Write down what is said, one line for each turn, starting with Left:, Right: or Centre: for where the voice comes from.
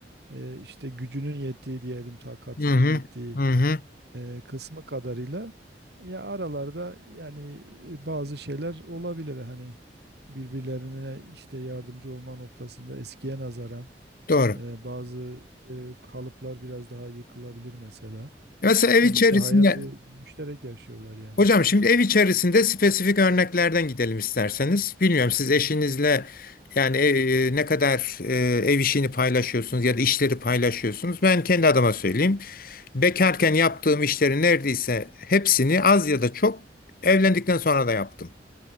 Right: e, işte gücünün yettiği diyelim takatinin
Left: Hı hı,
Right: yettiği
Left: hı hı,
Right: e, kısmı kadarıyla ya aralarda yani e, bazı şeyler olabilir hani birbirlerine işte yardımcı olma noktasında eskiye nazaran
Left: doğru.
Right: e, bazı e, kalıplar biraz daha yıkılabilir mesela.
Left: Mesela
Right: Sonuçta
Left: ev içerisinde
Right: hayatı müşterek yaşıyorlar yani.
Left: Hocam şimdi ev içerisinde spesifik örneklerden gidelim isterseniz. Bilmiyorum siz eşinizle yani e, ne kadar e, ev işini paylaşıyorsunuz ya da işleri paylaşıyorsunuz. Ben kendi adıma söyleyeyim. Bekarken yaptığım işlerin neredeyse hepsini az ya da çok evlendikten sonra da yaptım.